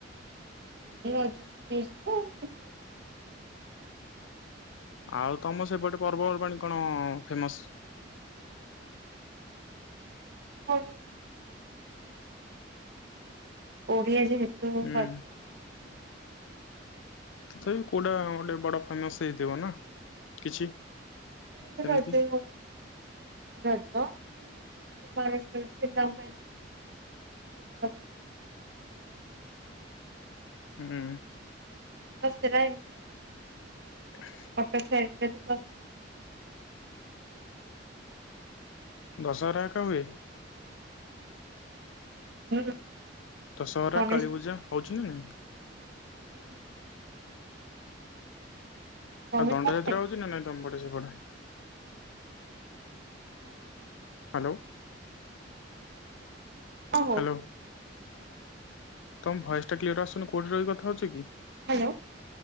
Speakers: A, on the right; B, on the left.
A: ଏଇ ଅଳ୍ପ ଅଛି ଛୁଟି ହେଇଯିବ ଆଉ। ଆଛି
B: ଆଉ ତମ ସେପଟେ ପର୍ବପର୍ବାଣିୀ କଣ ଫେମସ୍?
A: ଫ ଓଡିଆ ଯେ
B: ହୁଁ।
A: ସବୁ।
B: ତଥାପି କୋଉଟା
A: ହୁଁ
B: ଗୋଟେ ବଡ ଫେମସ୍ ହେଇଥିବ ନା କିଛି?
A: ସେ
B: ସେମିତି
A: ରାଜ ପର୍ବ। ଏ ରଜ ମାନେ କୁମରର୍ପୁଣିମା ପିଲାଙ୍କ ପାଇଁ। ସେଟ ହଁ
B: ହୁଁ
A: ଶେରା ଏମିତି।
B: ହ
A: ଅଟୋସାଇଟିରେ ଥିବ।
B: ଦଶହରା ଏକା ହୁଏ?
A: ହୁଁ।
B: ଦଶହରା,
A: ଗଣେଶ
B: କାଳୀପୂଜା
A: ପୂଜା ବି।
B: ହୋଉଚି ନା ନାଇଁ?
A: ହୁଁ। ତମେ
B: ଆଉ ଦଣ୍ଡଯାତ୍ରା
A: କଣ ଖାଇଛ?
B: ହଉଛି ନା ନାଇଁ ତମ ପଟେ ସେପଟେ?
A: ହଁ, ହଉଛି।
B: ହ୍ୟାଲୋ।
A: ହଁ ହଉଚି।
B: ହ୍ୟାଲୋ ତମ ଭଏସଟା କ୍ଲିୟର ଆସୁନି କୋଉଠି ରହି କଥା ହଉଚ କି?
A: ହ୍ୟାଲୋ।